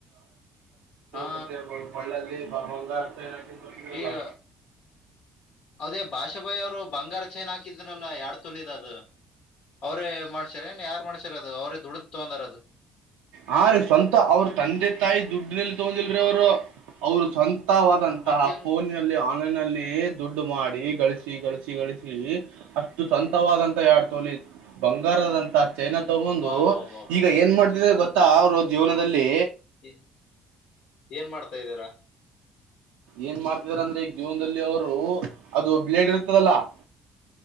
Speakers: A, on the left (about 70°); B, on the right (about 90°).
A: ಹಾ
B: ಮತ್ತೆಳ್ಳಲ್ಲಿ ಬ ಬಂಗಾರ ಹಾಕೊಂಡು ಬರ್ತಿದ್ರಲ್ಲ
A: ಈಗ ಅದೇ ಭಾಷಾಬಾಯಿ ಅವರು ಬಂಗಾರ ಚೇನ್ ಹಾಕಿದ್ನಲ್ಲ ಯಡ್ ತುನಿದ ಅದು ಅವ್ರೇ ಮಾಡ್ಸ್ಯಾರ ಏನ್ ಯಾರ್ ಮಾಡ್ಸ್ಯಾರ ಅದು ಅವ್ರೇ ದುಡ ತೊಂದಾರ ಅದು
B: ಹ ರೀ ಸ್ವಂತ ಅವ್ರ ತಂದೆ ತಾಯಿ ದುಡ್ಡನಲ್ಲಿ ತಗೊಂಡಿಲ್ರೀ ಅವರು ಅವ್ರ ಸ್ವಂತ ಸಾದಂತಹ
A: ಮತ್ ಹೆಂಗ್
B: ಫೋನ್ ನಲ್ಲಿ ಆನ್ಲೈನ್ ದುಡ್ಡು ಮಾಡಿ ಗಳಿಸಿ ಗಳಿಸಿ ಗಳಿಸಿ ಅಷ್ಟು ಸಂತವಾದಂತ ಯಡ್ ತೋಲಿ ಬಂಗಾರದಂತ ಚೈನಾ ತಗೊಂಡು
A: ಬಾ ಬಾ ಬಾ ಬಾ
B: ಈಗ
A: ಬಾ.
B: ಏನ್ ಮಾಡ್ತಿದ ಗೊತ್ತಾ ಅವ್ರ ಜೀವನದಲ್ಲಿ
A: ಹ ಏನ್ ಮಾಡ್ತಾ ಇದ್ದೀಾರಾ
B: ಏನ್ ಮಾಡ್ತಿದಾರ ಅಂದ್ರೆ ಈಗ ಜೀವನದಲ್ಲಿ ಅವರು ಅದು ಬ್ಲೇಡ್ ಇರ್ತದಲ್ಲ <inaudible>